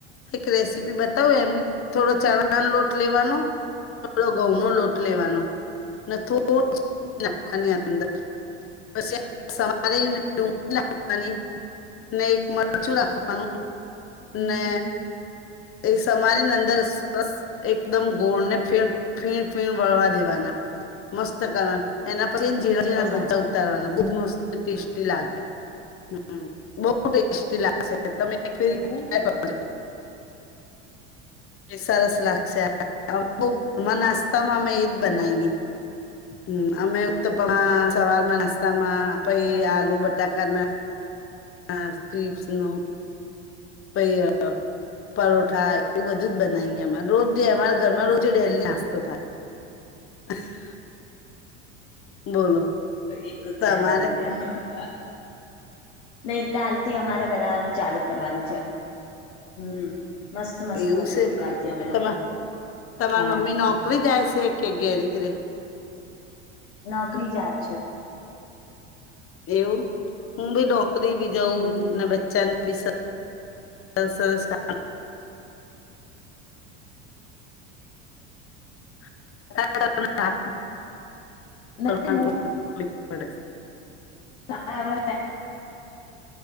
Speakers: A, on the left; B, on the left.
A: એક રેસીપી બ ત એમ થોડો ચણાનો લોટ લેવાનો થોડો ઘઉં નો લોટ લેવાનો નથો નાખની અંદર બ અમારે ડુંગળી નાખવાની ને એક મરચું નાખવાનું
B: હમ
A: ને એ સમારી અંદર સરસ એકદમ ગોળને ફ ફીણ ફીણ વળવા દેવાના મસ્ત કરવા એના ણા
B: અચ્છા
A: બધા ઉતારવાના બ મસ્ત ટેસ્ટી લાગે હ બઉ ટેસ્ટી લાગશે તમે એકાય
B: એવું
A: કર એ સરસ લાગશે બ મ માં અમે ઈદ બનાવીએ હમ અમે ઉક્ત સવાલમાં નાસ્તા માં પઈ
B: સરસ
A: આલુ બટાકાના હ સ્્ટવીપસ ન ભૈયા પરોઠા એવું બધું જ બનાવીએ અમા રોજ અમારા ઘરમાં રોજ ડેલી નાસ્તો થાય <unintelligible> બોલો
B: એછ
A: તમારે
B: જ્યાદા હો ગયા નઈ કાલ થી અમારે બનાવાનું ચાલુ કરવાનું છે હમ મસ્ત મસ્ત
A: એવું
B: બનાવીશું
A: છે
B: કાલથી અમે
A: તમા
B: લોકો
A: તમાર
B: હા
A: મમ્મી નોકવી જાય છે શેકે ગેરદ્ર
B: નોકરી જાય છે
A: એવું હું બી નોકરી બી જઉં
B: હમ
A: બચ્ચાની વિશસ્કાર <unintelligible>
B: નહીં, હું- હવે